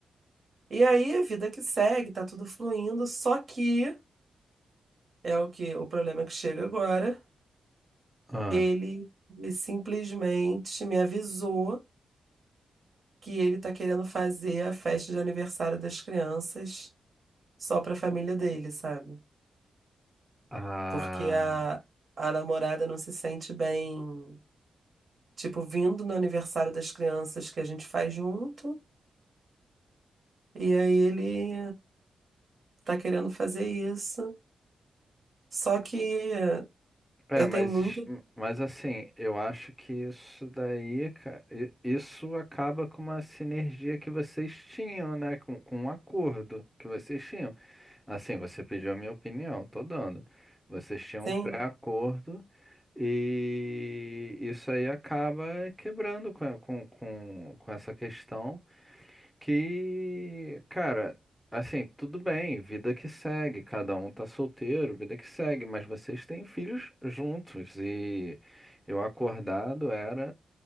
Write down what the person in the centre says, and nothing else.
ah.
Ah,
É,
mas,
mas assim, eu acho que isso daí, cara, i- isso acaba com uma sinergia que vocês tinham, né? Com, com um acordo que vocês tinham. Assim, você pediu a minha opinião, tô dando. Vocês tinham
um pré-acordo e isso aí acaba quebrando com, com, com, com essa questão que, cara, assim, tudo bem, vida que segue, cada um tá solteiro, vida que segue, mas vocês têm filhos juntos e eu acordado era